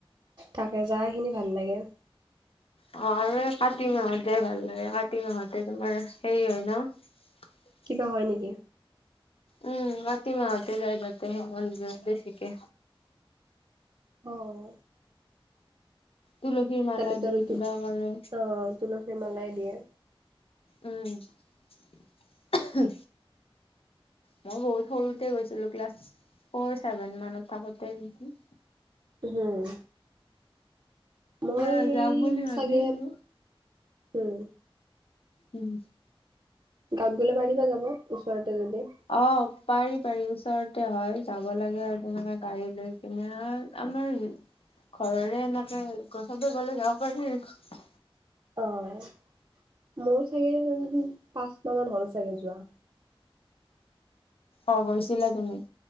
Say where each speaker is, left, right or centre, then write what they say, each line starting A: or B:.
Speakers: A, on the right; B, on the left.
A: তাকে যাৱা খিনি ভাল লাগে।
B: অঁ আৰু এই কাতি মাহত যায় ভাল লাগে। কাতি মাহতে তোমাৰ হেৰী হয় ন? <unintelligible>
A: কিবা হয় নেকি?
B: উম কাতি মাহতে যায় তাতে হে মন্দিৰত বেছিকে।
A: অঁও।
B: তুলসীৰ মালা
A: তাতেতো
B: দিয়ে
A: আৰু
B: কিবা কৰে।
A: অ' তুলসীৰ মালাই দিয়ে।
B: উম, উমহ। মই বহুত সৰুতে গৈছিলো ক্লাছ ফ'ৰ ছেভেন মানত থাকোতে নেকি?
A: হোম। মই
B: এতিয়া যাম বুলি ভাবিছো
A: সেই চাগে হোম।
B: উম।
A: গাঁৱত গ'লে পাৰিবা যাব ওচৰতে যদি।
B: অঁ পাৰি পাৰি ওচৰতে হয় যাব লাগে আৰু তেনেকে গাড়ী লৈ কিনে আ আমাৰ ঘৰৰে এনেকে চবে গ'লে যাব পাৰি আৰু।
A: অঁ মোৰো চাগে উম পাঁচ মাহ মান হ'ল চাগে যোৱা।
B: অহ গৈছিলা তুমি?